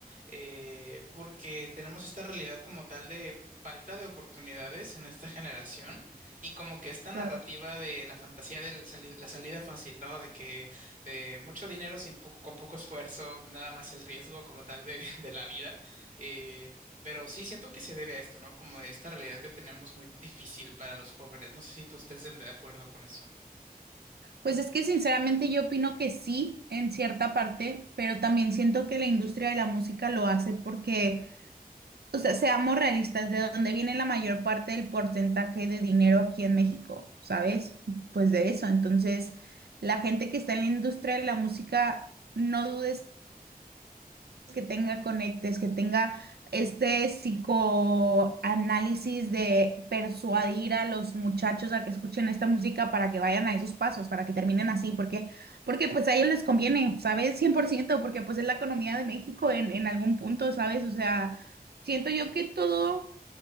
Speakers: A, on the right (about 55°); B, on the right (about 90°).
A: eh, porque tenemos esta realidad como tal de falta de oportunidades en esta generación y como que esta narrativa
B: claro.
A: de la fantasía de la salida fácil, ¿no? De que de mucho dinero sin poco, con poco esfuerzo, nada más el riesgo como tal de, <laughs> de la vida. Eh, pero sí, siento que se debe a esto, ¿no? Como de esta realidad que tenemos muy difícil para los jóvenes. No sé si tú estés en- de acuerdo con eso.
B: Pues es que sinceramente yo opino que sí, en cierta parte, pero también siento que la industria de la música lo hace porque, o sea, seamos realistas, de dónde viene la mayor parte del porcentaje de dinero aquí en México, ¿sabes? Pues de eso. Entonces, la gente que está en la industria de la música, no dudes que tenga conectes, que tenga este psicoanálisis de persuadir a los muchachos a que escuchen esta música para que vayan a esos pasos, para que terminen así, porque, porque pues a ellos les conviene, ¿sabes? cien por ciento, porque pues es la economía de México en, en algún punto, ¿sabes? O sea, siento yo que todo